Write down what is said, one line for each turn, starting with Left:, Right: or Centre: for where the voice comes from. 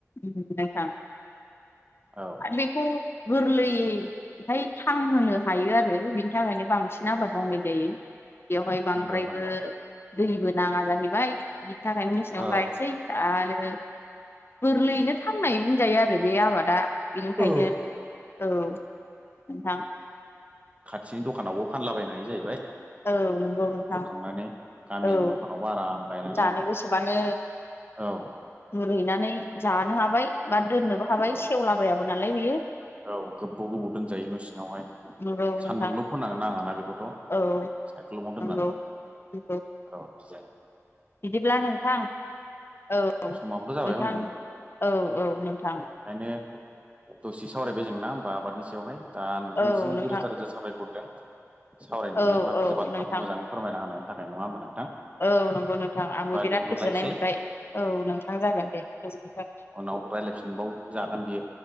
Left: नोंथां
Right: औ
Left: बेखौ गोरलैयैहाय थांहोनो हायो आरो बिनि थाखायनो बांसिन आबाद मावनाय दायो। बेवहाय बांद्रायबो
Right: नंगौ नंगौ
Left: दैबो नाङा जाहैबाय, बिनि थाखायनो मेसेङाव
Right: औ
Left: गायनोसै आरो गोरलैयैनो थांनाय बुंजायो आरो आरो बे आबादा बेनिखायनो
Right: औ
Left: औ नोंथां
Right: खाथिनि दखानावबो फानलाबायनो हायो जाहैबाय
Left: औ नंगौ नोंथां
Right: बुरखांनानै गामिनि
Left: औ
Right: दखानावबो आराम गायनानै
Left: जानो गोसोबानो
Right: औ
Left: रुइनानै जानो हाबाय बा दोननोबो हाबाय
Right: औ
Left: सेवलाबायाबो नालाय बेयो
Right: औ गोबाव गोबाव दोनजायो न' सिङावहाय
Left: नंगौ
Right: सान्दुंल'
Left: नोंथां
Right: फोनांनो नाङा ना बेखौथ'
Left: औ
Right: नआव दोननानै
Left: नंगौ नंगौ
Right: र बि
Left: बिदिब्ला नोंथां औ नोंथां
Right: समाबोथ' जाबाय हनै
Left: औ औ नोंथां
Right: ओंखायनो दसे सावरायबाय जोंना होमबा आबादनि बयावहाय दा नोंथांनिसिम
Left: औ नोंथां
Right: रोजा रोजा साबायखरदों सावरायनानै
Left: औ
Right: माखासे
Left: औ
Right: बाथ्राखौ
Left: नोंथां
Right: मोजाङै फोरमायना होनायनि थाखाय नङा होनबा नोंथां
Left: औ नंगौ नोंथां
Right: होमबा
Left: आंबो बिराद
Right: दोनथ'लायसै
Left: गोजोननाय मोनबाय औ नोंथां जागोन दे गोजोनथों
Right: रायलायफिनबाव जागोन बियो